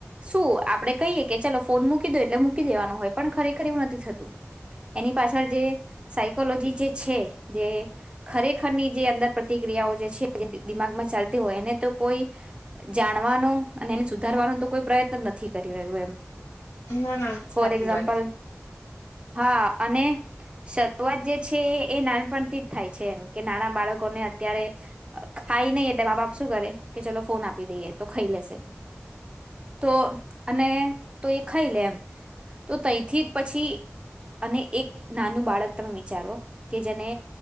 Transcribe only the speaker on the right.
શું આપડે કહીએ કે ચાલો ફોન મૂકી દો એટલે મૂકી દેવાનો હોય પણ ખરેખર એવું નથી થતું એની પાસે પાછળ જે સાયકોલોજી જે છે ખરેખરની જે અંદર પ્રતિક્રિયાઓ જે છે દિમાગમાં ચાલતી હોય એને તો કોઈ જાણવાનો અને એને સુધારવાનો તો કોઈ પ્રયત્ન નથી કરી રહ્યું એમ
ફોર
એક્ઝામ્પલ
હા અને સ વાત જે છે એ ના પણતી જ થાય છે એમ કે નાના બાળકોને અત્યારે ખાઈ નહી એટલે મા બાપ શું કરે કે ચલો ફોન આપી દઈએ તો ખાઈ લેશે તો અને તો એ ખાઈ લે એમ તો તઈથી પછી અને એક નાનું બાળક તમે વિચારો કે જેને